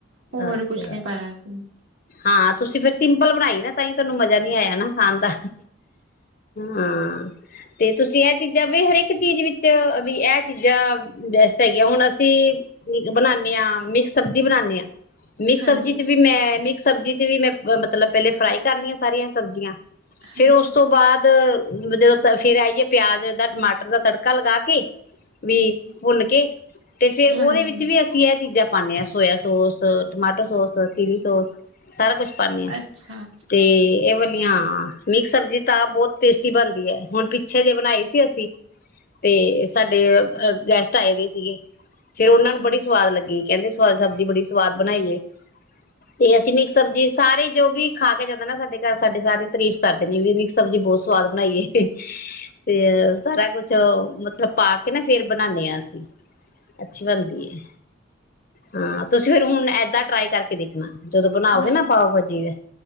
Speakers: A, on the right (about 80°); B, on the left (about 45°).
A: ਹੋਰ
B: ਅੱਛਾ
A: ਕੁਛ ਨਹੀਂ ਪਾਇਆ ਸੀ
B: ਹਾਂ ਤੁਸੀਂ ਫਿਰ ਸਿੰਪਲ ਬਣਾਈ ਨਾ ਤੁਹਾਨੂੰ ਮਜ਼ਾ ਨ ਆਇਆ ਨਾ ਖਣ ਦਾ ਹਾਂ ਤੇ ਤੁਸੀਂ ਇਹ ਚੀਜ਼ਾਂ ਵੀ ਹਰੇਕ ਚੀਜ਼ ਵਿੱਚ ਚ ਵੀ ਇਹ ਚੀਜ਼ਾਂ ਬੈਸਟ ਹੈਗੀਆਂ ਹੁਣ ਅਸੀਂ ਬਣਾਦੇ ਹਾਂ ਮਿਕਸ ਸਬਜ਼ੀ ਬਣਾਉਦੇ ਹਾਂ ਮਿਕਸ
A: ਹਾਂਜੀ
B: ਸਬਜ਼ੀ ਚ ਵੀ ਮੈਂ ਮਿਕਸ ਸਬਜ਼ੀ ਚ ਵੀ ਮੈਂ ਮਤਲਬ ਪਹਿਲੇ ਫਰਾਈ ਕਰ ਲਈੀਆਂ ਸਾਰੀਆਂ ਸਬਜ਼ੀਆਂ
A: ਹਾਂਜੀ
B: ਫੇਰ ਉਸ ਤੋਂ ਬਾਅਦ ਜਦੋਂ ਫੇਰ ਆਈਏ ਪਿਆਜ <unintelligible> ਦਾ ਤੜਕਾ ਲਗਾ ਕੇ ਵੀ ਭੁੰਨ ਕੇ ਤੇ ਫੇਰ ਉਹਦੇ
A: ਹਾਂਜੀ
B: ਵਿੱਚ ਵੀ ਅਸੀਂ ਇਹ ਚੀਜ਼ਾਂ ਪਾਉਂਦੇ ਹਾਂ soya sauce tomato sauce chilli sauce ਸਾਰਾ ਕੁਛ ਪਾਂਦੇ ਹ
A: ਅੱਛਾ
B: ਤੇ ਇਹ ਵਾਲੀਆਂ ਨਹੀਂ ਇੱਕ ਸਬਜ਼ੀ ਤਾਂ ਬਹੁਤ ਟੇਸਟੀ ਬਣਦੀ ਹੈ ਹੁਣ ਪਿੱਛੇ ਜੇ ਬਣਾਈ ਸੀ ਅਸੀਂ ਤੇ ਸਾਡੇ ਗੈਸਟ ਆਏ ਦੇ ਸੀਗੇ ਫੇਿਰ ਉਹਨਾਂ
A: ਅੱਛਾ
B: ਨੂੰ ਬੜੀ ਸਵਾਦ ਲੱਗੀ ਕਹਿੰਦੇ ਸਵਾਦ ਸਬਜ਼ੀੜੀ ਸਵਾਦ ਬਣਾਈਏ ਤੇ ਅਸੀਂ ਮਿਕਸ ਸਬਜੀੀ ਸਾਰੇ ਜੋ ਵੀ ਖਾ ਕੇ ਜਾਂਦਾ ਨਾ ਸਾਡੇ ਘਰ ਸਾਡੇ ਸਾਰੇ ਤਾਰੀਫ਼ ਕਰਦੇ ਨੇ ਵੀ ਮਿਕਸ ਸਬਜੀੀ ਬਹੁਤ ਸਵਾਦ ਬਣਾਈਏ ਤੇ ਸਾਰਾ ਕੁਛ ਮਤਲਬ ਪਾ ਕੇ ਨਾ ਫੇਰ ਬਣਾਦੇ ਹਾਂ ਅਸੀਂ ਅੱਛੀ ਬਣਦੀ ਹੈ ਹਾਂ ਤੁਸੀਂ ਫਿਰ ਹੁਣ ਇੱਦਾਂ ਟਰਾਈ ਕਰਕੇ ਦੇਖਣਾ ਜਦੋਂ ਬਣਾਓਗੇ
A: ਹਾਂ
B: ਨਾ ਪਾਵ ਭਾਜੀ ਦਾ